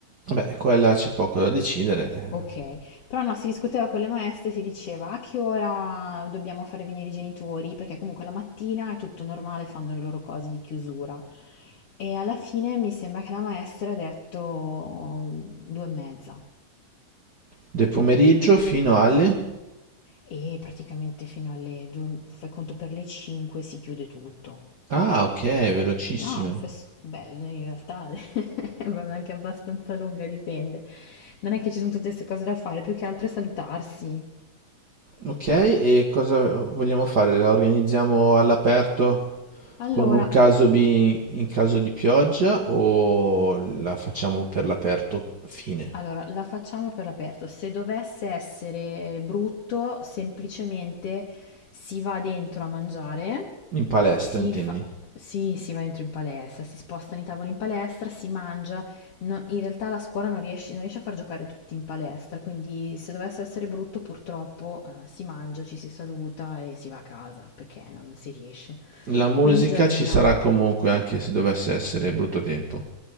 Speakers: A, on the right; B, on the left.
A: Vabbè, qua e là c'è poco da decidere. eh.
B: Ok, però no, si discuteva con le maestre, si diceva a che ora dobbiamo fare venire i genitori, perché comunque la mattina è tutto normale, fanno le loro cose di chiusura. E alla fine mi sembra che la maestra ha detto due e mezza
A: Del pomeriggio fino alle...
B: e praticamente fino alle due, fai conto per le cinque si chiude tutto.
A: Ah, ok, velocissime.
B: No, fes- beh, in realtà <laughs> è anche abbastanza lunga, dipende. Non è che ci sono tutte queste cose da fare, più che altro è salutarsi.
A: Ok, e cosa vogliamo fare? La organizziamo all'aperto?
B: Allora,
A: Con un caso B in caso di pioggia o la facciamo per l'aperto fine?
B: Allora, la facciamo per l'aperto. Se dovesse essere brutto, semplicemente si va dentro a mangiare,
A: In palestra,
B: si
A: intendi?
B: fa... Sì, si va dentro in palestra, si spostano i tavoli in palestra, si mangia. No- in realtà la scuola non riesce, non riesce a far giocare tutti in palestra, quindi se dovesse essere brutto, purtroppo, eh, si mangia, ci si saluta e si va a casa, perché non si riesce.
A: La musica
B: Quindi giardino.
A: ci sarà comunque anche se dovesse essere brutto tempo.